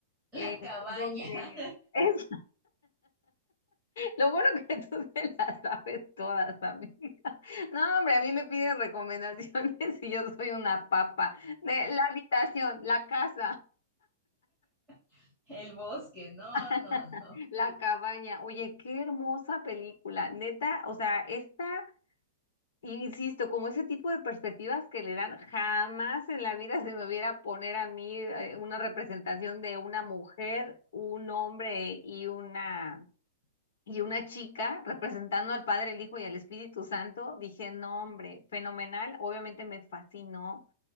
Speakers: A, in the centre; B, on the left.
A: La
B: eh,
A: cabaña,
B: donde <laughs> es lo bueno que tú <laughs> te las sabes todas, amiga. No, hombre, a mí me piden recomendaciones <laughs> y yo soy una papa. De la habitación, la casa.
A: <laughs> el bosque, no,
B: <laughs>
A: no, no.
B: La cabaña, oye, qué hermosa película, neta, o sea, esta Y Insisto, como ese tipo de perspectivas que le dan, jamás en la vida <laughs> se me hubiera poner a mí eh, una representación de una mujer, un hombre y una y una chica representando al Padre, el Hijo y al Espíritu Santo. Dije, no, hombre, fenomenal. Obviamente me fascinó